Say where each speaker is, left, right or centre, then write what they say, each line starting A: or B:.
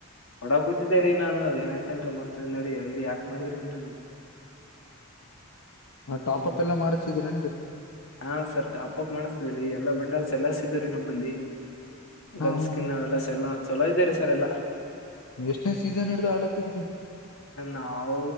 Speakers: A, on the left (about 65°); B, on the left (about 80°).
A: ಒಡ ಕೂತಿದ್ದೇ ರೀ ನಾನು ಅದ ಏನಾಯ್ತೇನ್ರೀ ಮತ್ತತ್ದ ನಡಿ ಐಡಿ ಯಾಕ್ ಮಾಡಿದ್ರಿ ಅಂತ ನಾನು
B: ಅ
A: ಹ್ಮ್
B: ಟಾಪಪ್ ಎಲ್ಲ ಮಾಡಿಸ್ತಿದ್ರೇನ್ರಿ
A: ಹಾ ಸರ್ ಟಾಪಪ್ ಮಾಡಿಸ್ತಿದ್ರಿ ಎಲ್ಲಾ ಬಂಡಾಗ ಸಲ್ಲರ್ಸಿದ್ರಿ ನಮ್ಮಲ್ಲಿ
B: ಹಾ
A: ಗಲ್
B: ಹಾ
A: ಸ್ಕಿನ್
B: ಹಾ
A: ಅವೆಲ್ಲ ಸೆಲ್ಲಾ ಚಲೋ ಇದ್ದೇರಿ ಸರ್ ಎಲ್ಲಾ
B: ಎಷ್ಟನೇ ಸೀಸನ್ ಹಿಡ್ದು ಆಾಳಾತ್ತತ್ದ್ರಿ
A: ನಾವು